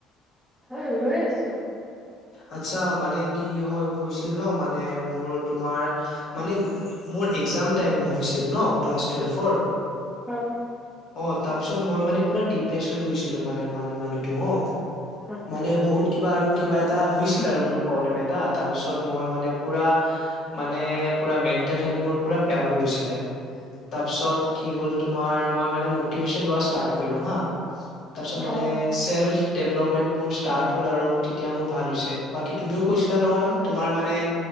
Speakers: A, in the centre; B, on the left.
A: হয়‌ লৈ আছো
B: আচ্ছা মান কি হয় হৈছিল ন মানে মোৰ তোমাৰ মানে মোৰ এক্জাম টাইম হৈছিল ন ক্লাছ টুৱেলভ ফ'ৰ
A: হয়
B: অ তাৰ পিছত মই মানে পুৰা ডিপ্ৰেছ হৈ গৈছিলো মানে ম মানুহটো হ
A: আচ্ছা
B: মানে বহুত কিবা আৰু কিবা এটা হৈছিলে আৰু মোৰ প্ৰব্লেম এটা তাৰ পিছত মই মানে পোৰা মানে মেনটেলসেলত বেয়া হৈ গৈছিলে তাৰ পিছত কি হ'ল তোমাৰ মই মানে মটিবেচন ষ্টাট কৰিলো হ তাৰপিছত মানে
A: অ
B: চেল্ফ ডেভেলপমেণ্ট মোৰ ষ্টাৰ্ট হ'ল আৰু এতিয়া মোৰ ভাল হৈছে বাকী তুমিও কৈছিলা নহয় তোমাৰ মানে